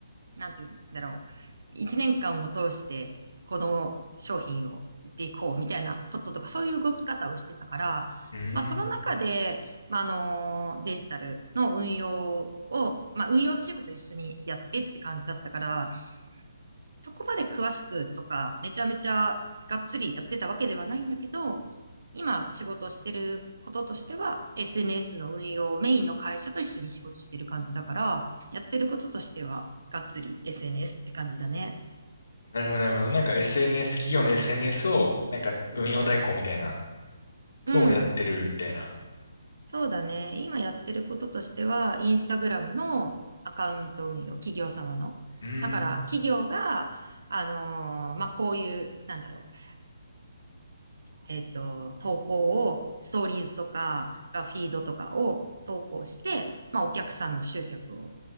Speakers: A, on the right; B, on the left.
A: なんて言うんだろう。一年間を通して、この商品を売っていこうみたいなこととか、そういう動き方をしてたから、
B: うーん。
A: まあ、その中で、まあ、あの、デジタルの運用を、まあ、運用チームと一緒にやってって感じだったから、そこまで詳しくとか、めちゃめちゃがっつりやってたわけではないんだけど、今仕事してることとしては、SNS の運用をメインの会社と一緒に仕事してる感じだから、やってることとしては、がっつり SNS って感じだね。
B: あなるほど、なるほど。なんか SNS、企業の SNS を、なんか運用代行みたいな
A: うん。
B: のをやってるみたいな。
A: そうだね。今やってることとしては、インスタグラムのアカウント運用、企業様の。
B: うーん。
A: だから、企業が、あのーまあ、こういう、なんだろう、えっと、投稿を、ストーリーズとか、フィードとかを投稿して、まあ、お客さんの集客を